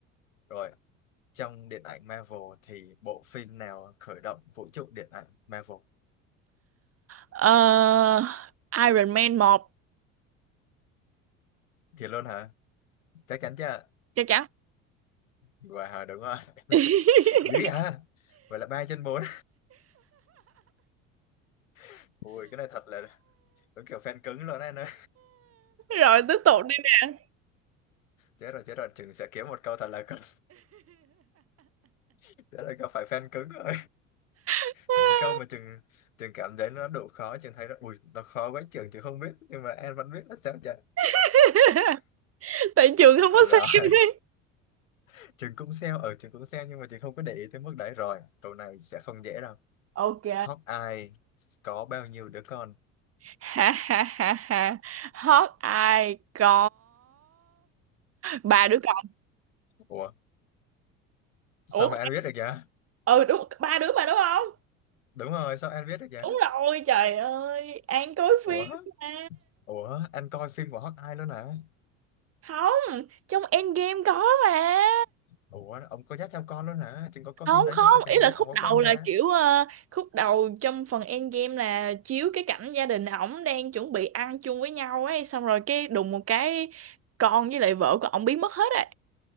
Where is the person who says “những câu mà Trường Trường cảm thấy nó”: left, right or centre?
Left